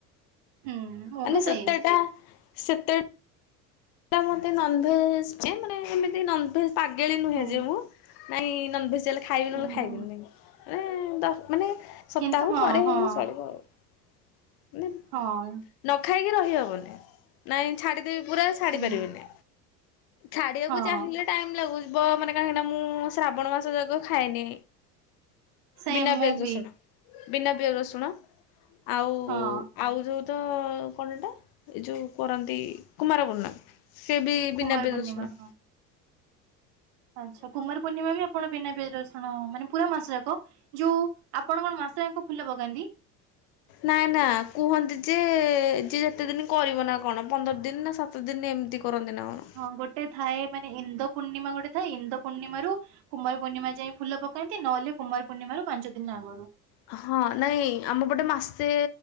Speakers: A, on the right (about 50°); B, on the left (about 50°).
A: ହୁଁ। ମୁଁ
B: ମାନେ
A: ବି ସେଇ
B: ସେତେଟା ସେତେଟା। ମତେ ନଂଭେଜ ଯେ ମାନେ ଏମିତି ନଂଭେଜ ପାଗେଳି ନୁହେଁ
A: ହୁଁ
B: ଯେ ମୁଁ। ନାଇଁ ନଂଭେଜ ହେଲେ ଖାଇବି
A: ହୁଁ
B: ବୋଲେ ଖାଇବିନି
A: ହୁଁ।
B: ନ ମାନ ମାନେ। ସପ୍ତାହକୁ
A: କିନ୍ତୁ ହଁ
B: ଥରେ
A: ହଁ
B: ହେଇଗଲେ ଚଳିବ ଆଉ।
A: ହଁ।
B: ନ ଖାଇକି ରହିହବନି ନାଇଁ ଛାଡିଦେବି ପୁରା। ଛା
A: ହୁଁ
B: ପାରିବନି ଛାଡକୁ
A: ହଁ।
B: ଚାହିଁଲେ ଟାଇମ ଲାଗୁଯିବ ମାନେ କାହିଁକି ନା ମୁଁ ଶ୍ରାବଣ ମାସ ଯୋଗ ଖାଏନି।
A: ସେମ୍
B: ବିନା
A: ମୁଁ
B: ପିଆଜ ରସୁଣ
A: ବି
B: ବିନା ପିଆ ରସୁଣ ଆଉ
A: ହଁ
B: ଆଉ ଯେଉଁ ତ କଣ ଏ ଯେଉଁ କରନ୍ତି କୁମାରପୂର୍ଣ୍ଣ। ସେ ବି
A: କୁମାର
B: ବିନା ବି
A: ପୂର୍ଣ୍ଣିମା
B: ରଷୁଣ
A: ହଁ। ଆଚ୍ଛା କୁମାର ପୂର୍ଣ୍ଣିମା ବି ଆପଣ ପିନା ରସୁଣ ମାନେ ପୁରା ମାସ ଯାକ ଯୋଉ ଆପଣ କଣ ମାସଙ୍କୁ ଫୁଲ ପଗାନ୍ତି
B: ନାଇଁ ନା କୁହନ୍ତି ଯେ ଯେ ଯେତେ ଦିନ କରିବ ନା କଣ ପନ୍ଦର ଦିନ ନା ସ ତ ଦିନି ଏମିତି କରନ୍ତି ନା କଣ।
A: ହଁ ଗୋଟେ ଥାଏ ମାନେ ଇନ୍ଦ ପୂର୍ଣିମା ଗୋଟେ ଥାଏ। ଇନ୍ଦ ପୂର୍ଣିମା ରୁ କୁମାର ପୂର୍ଣ୍ଣିମା ଯାଇଏ ଫୁଲ ପକାନ୍ତି ନହେଲେ କୁମାର ପୂର୍ଣ୍ଣିମ ରୁ ପାଞ୍ଚ ଦିନ ଆଗରୁ
B: ହଁ ନାଇଁ ଆମ ପଟେ ମାସେ